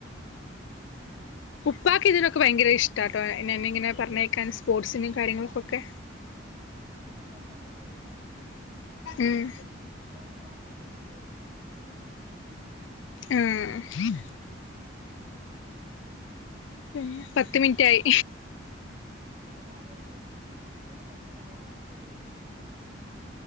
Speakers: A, on the right (about 30°); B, on the left (about 75°).
A: ഉം
B: ഉപ്പാക്ക് ഇതിനൊക്കെ ഭയങ്കര ഇഷ്ട്ടാട്ടോ എന്നെ ഇങ്ങനെ പറഞ്ഞയക്കാൻ സ്പോർട്സിനു കാര്യങ്ങൾക്കൊക്കെ
A: അതെ ഇന്റെപ്പാക്കു അങ്ങനെരുന്നു പക്ഷെ
B: ഉം
A: ഇ കക്ക മേഖലണ്ട് പറ്റിയില്ല
B: ആഹ് പിന്നെ പത്ത്
A: എന്തായാലും
B: മിനിറ്റ് ആയി
A: ആഹ് നല്ല കാര്യാട്ടോ ഞാന് ഇതിന്റെ പുറത്ത് പറയല്ല ശരിക്കു ഇൻക്ക് ഷ്